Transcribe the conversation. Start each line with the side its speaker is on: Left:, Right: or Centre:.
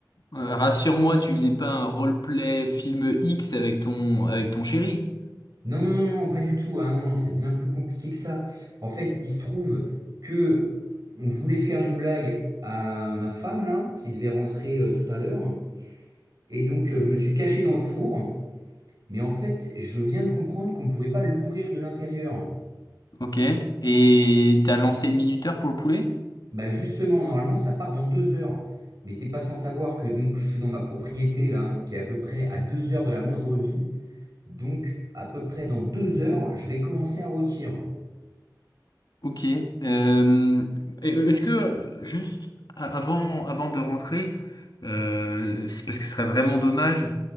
Left: Euh, rassure-moi, tu faisais pas un roleplay film X avec ton avec ton chéri.
Right: Non, non, non, non, pas du tout. Ah non, non, c'est bien plus compliqué que ça. En fait, il se trouve que on voulait faire une blague à ma femme là, qui devait rentrer euh, tout à l'heure. Et donc, euh, je me suis caché dans le four. Mais en fait, je viens de comprendre qu'on ne pouvait pas l'ouvrir de l'intérieur.
Left: Ok. Et t'as lancé le minuteur pour le poulet?
Right: Bah justement, normalement, ça part dans deux heures. Mais t'es pas sans savoir que donc je suis dans ma propriété là, hein, qui est à peu près à deux heures de la moindre vie. Donc à peu près dans deux heures, je vais commencer à rôtir.
Left: Ok. Euh, et- euh, est-ce que juste a- avant, avant de rentrer, euh, c'est parce que ce serait vraiment dommage,